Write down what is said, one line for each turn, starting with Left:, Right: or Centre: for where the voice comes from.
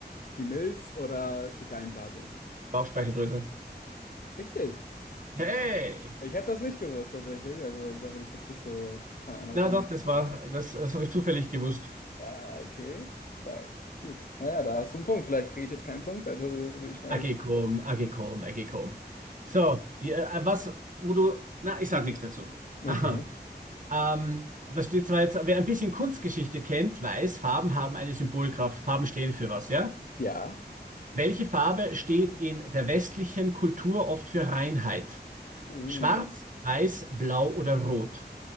Left: die Milz oder die Gallenblase?
Right: Bauchspeicheldrüse.
Left: Richtig.
Right: Hey!
Left: Krass. Ich hätte das nicht gewusst, tatsächlich. Also, da bin ich jetzt nicht so von Anatomie.
Right: Na doch, das war, das, das habe ich zufällig gewusst.
Left: Ah, okay. Stark. Gut. Naja, da hast du einen Punkt. Vielleicht kriege ich jetzt keinen Punkt. Also, da bin ich mal.
Right: Agekom, Agekom, Agekom. So, ja, äh, was, wo du, na, ich sag nichts dazu.
Left: Okay.
Right: Aha. Ähm, da steht zwar jetzt, wer ein bisschen Kunstgeschichte kennt, weiß, Farben haben eine Symbolkraft. Farben stehen für was, ja?
Left: Ja.
Right: Welche Farbe steht in der westlichen Kultur oft für Reinheit?
Left: Uh.
Right: Schwarz, weiß, blau oder rot?